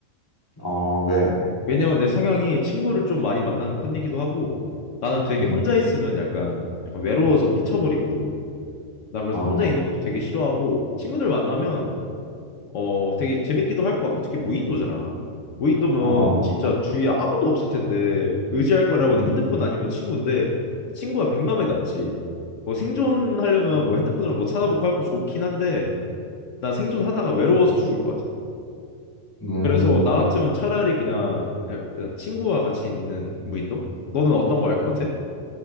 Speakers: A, on the left; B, on the left.
A: 어, 왜?
B: 왜냐면 내 성향이 친구를 좀 많이 만나는 편이기도 하고 나는 되게
A: 음,
B: 혼자 있으면 약간 약간 외로워서 미쳐버리거든. 나 그래서
A: 어,
B: 혼자 있는 것도 되게 싫어하고 친구들 만나면 어, 되게 재밌기도 할 것 같고, 특히 무인도잖아. 무인도면
A: 어,
B: 진짜 주위에 아무도 없을 텐데, 의지할 거라고는
A: 음,
B: 핸드폰 아니면 친구인데, 친구가 백만에 낫지. 뭐 생존하려면
A: 음,
B: 뭐 핸드폰으로 뭐 찾아보고 할 거 좋긴 한데, 난 생존하다가 외로워서 죽을 것 같아.
A: 음.
B: 그래서 나 같으면 차라리 그냥 약간 친구와 같이 있는 무인도? 너는 어떤 거 할 것 같아?